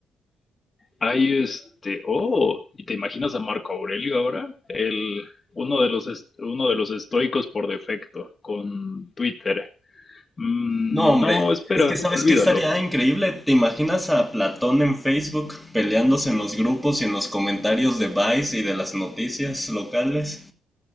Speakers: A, on the left (about 30°); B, in the centre.
A: Hay este, oh, ¿y te imaginas a Marco Aurelio ahora? El, uno de los, est- uno de los estoicos por defecto, con Twitter. Mm,
B: No, hombre,
A: no, espera,
B: es que sabes
A: olvídalo.
B: qué estaría increíble. ¿Te imaginas a Platón en Facebook peleándose en los grupos y en los comentarios de Vice y de las noticias locales?